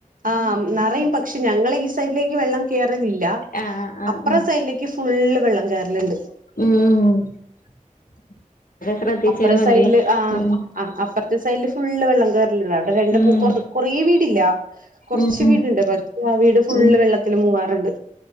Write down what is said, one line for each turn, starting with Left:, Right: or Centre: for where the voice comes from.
Right: ആഹ് നെറയും പക്ഷെ ഞങ്ങളെ ഈ സൈഡിലേക്ക് വെള്ളം കേറലില്ല.
Left: ആ ആ
Right: അപ്പറം
Left: ഉം
Right: സൈഡിലേക്ക് ഫുള്ള് വെള്ളം കേയറലുണ്ട്
Left: <inaudible> അത് ശ്രദ്ധിച്ചാ
Right: അപ്പറ
Left: മതി
Right: സൈഡിൽ ആഹാ
Left: ഉം
Right: അഹ് അപ്പ അപ്പറ സൈഡിൽ ഫുൾ വെള്ളം കയറാലുണ്ട് അവിടെ രണ്ട്
Left: ഉം
Right: പുകോർതെ കൊറേവീടുണ്ട് വീില്ല കുറച്ച്
Left: ഉം
Right: വീടുണ്ട് പക്ഷെ ആ വീട് ഫുള്ള്
Left: ഉം
Right: വെള്ളത്തില് മുൂങ്ങാറുണ്ട്